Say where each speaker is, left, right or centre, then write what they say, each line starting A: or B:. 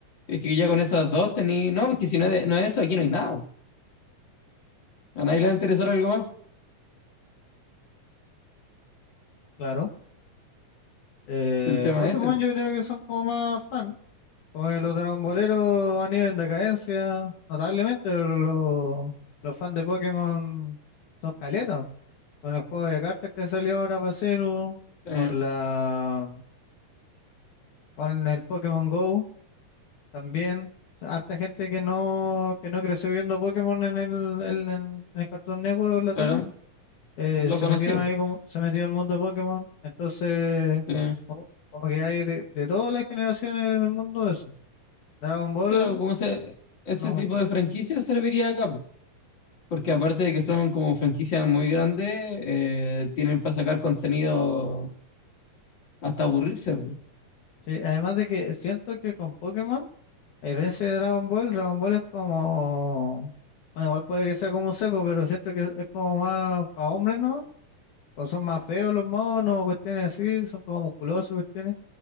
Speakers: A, on the left; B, on the left.
A: es que ya con esas dos tení, no, es que si no es, de- no es eso, aquí no hay nada. A nadie le va a interesar algo más.
B: Claro. Eh,
A: Si El tema
B: Pokémon
A: es ese,
B: yo creo que son como más fan. Como que los Dragon Boleros han ido en decadencia, notablemente, pero los, los fans de Pokémon son caletas. Con el juego de cartas que salió ahora para Celu,
A: Eh,
B: con la, con el Pokémon Go también. O sea, harta gente que no, que no creció viendo Pokémon en el, en, en el Cartoon Network o en la
A: claro,
B: tele. eh,
A: lo
B: se
A: conoció.
B: metieron ahí como, se metió el mundo de Pokémon, entonces
A: Sí.
B: como, como que hay de, de todas las generaciones del mundo eso. Dragon Ball,
A: Claro, como se, ese
B: no
A: tipo
B: mucho.
A: de franquicias serviría acá, po. porque aparte de que son como franquicias muy grandes, eh, tienen para sacar contenido hasta aburrirse.
B: Sí, además de que siento que con Pokémon, a diferencia de Dragon Ball, Dragon Ball es como, bueno, igual puede que sea como un seco, pero siento que es como más para hombres, ¿no? O son más feos los monos, cuestiones así, son como musculosos, cuestiones.